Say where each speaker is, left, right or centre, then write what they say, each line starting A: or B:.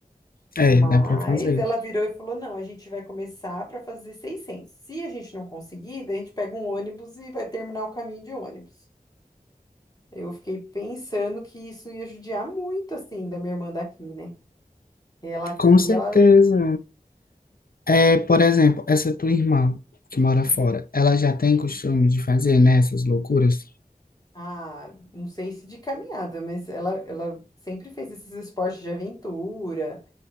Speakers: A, on the left; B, on the left.
A: É,
B: Mas
A: dá para fazer.
B: ela virou e falou: "Não, a gente vai começar para fazer 600. Se a gente não conseguir, daí a gente pega um ônibus e vai terminar o caminho de ônibus." Eu fiquei pensando que isso ia judiar muito assim da minha irmã daqui, né? Ela aqui,
A: Com certeza.
B: ela
A: É, por exemplo, essa tua irmã que mora fora, ela já tem costume de fazer, né, essas loucuras?
B: ah, não sei se de caminhada, mas ela ela sempre fez esses esportes de aventura.